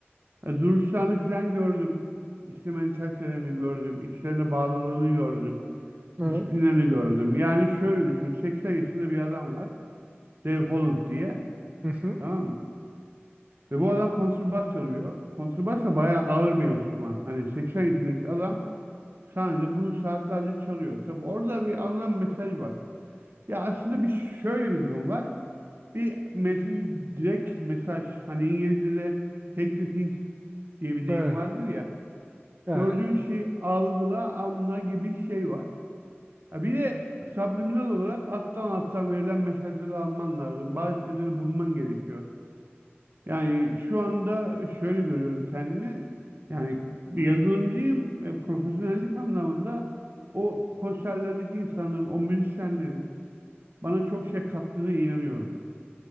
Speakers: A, on the right; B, on the right.
A: E, duruşlarını falan gördüm. İşte mentalitelerini gördüm. İşlerine bağlılığını gördüm.
B: evet.
A: Disiplinlerini gördüm. Yani şöyle düşün. 80 yaşında bir adam var. Dave Holland diye.
B: Hı hı.
A: Tamam mı? Ve bu adam kontrbas çalıyor. Kontrbas da bayağı ağır bir enstrüman. Hani 80 yaşındaki adam sahnede bunu saatlerce çalıyor. Tabi orada bir alınan mesaj var. Ya aslında bir şöyle bir durum var. Bir mesaj, direkt mesaj. Hani İngilizce'de take the hint diye bir
B: Evet.
A: deyim vardır ya.
B: Yani
A: Gördüğün şeyi algıla, anla gibi şey var. Ha bir de subliminal olarak alttan alttan verilen mesajları alman lazım. Bazı şeyleri bulman gerekiyor. Yani şu anda şöyle görüyorum kendimi. Yani bir yazılımcıyım. E, profesyonellik anlamında o konserlerdeki insanların, o müzisyenlerin bana çok şey kattığına inanıyorum.